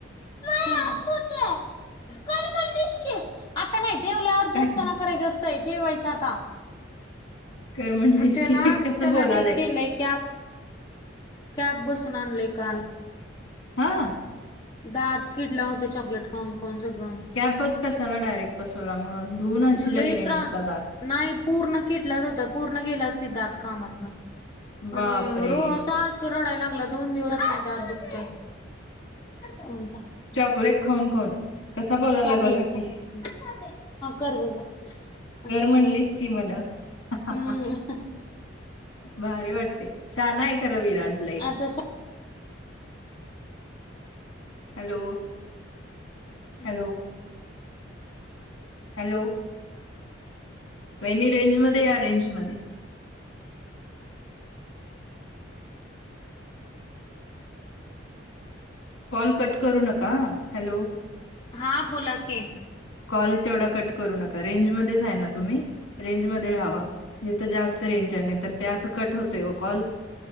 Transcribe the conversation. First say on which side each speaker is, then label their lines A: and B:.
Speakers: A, on the left; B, on the left.
A: नाही असू दे कर म्हणलीस की. आता नाही जेवल्यावर झोपताना
B: काय
A: करायचं असतंय जेवायचं आता.
B: कर म्हणलीस
A: तेला
B: की कसं
A: तेला
B: बोलालंय
A: ही केलय की आत कॅप बसून आनलोय काल.
B: हां.
A: दात किडलं होत चॉकलेट खाऊन खाऊन सगळं.
B: कॅपच कशाला डायरेक्ट बसवला मग धुवन आणनशीला
A: लय
B: कि नायी
A: त्रास
B: नुसता दात.
A: नाही, पूर्ण कीडलाच होता पूर्ण गेलाच तिथ दात कामातनं.
B: बापरे
A: आणि रो सार क रडाय लागला दोन दिवसात नाही दात दुखतोय हम जा क
B: चॉकलेट खाऊन खाऊन कसा बोलायला
A: चॉकलेट
B: बघा कि.
A: खाऊन हा कर जा जा आणि
B: कर म्हणलीस की मला, हा हा
A: हम्म
B: हा भारी वाटते शाना आहे खरं विराज लई.
A: आता
B: हॅलो, हॅलो. हॅलो वहिनी रेंज मध्ये या रेंज मध्ये. कॉल कट करू नका हा हॅलो
A: हां बोला कि.
B: कॉल तेवढा कट करू नका रेंजमध्येच आहे ना तुम्ही? रेंज मध्ये राहावं, जिथ जास्त रेंज हाय नाही तर ते असं कट होतोय वो कॉल.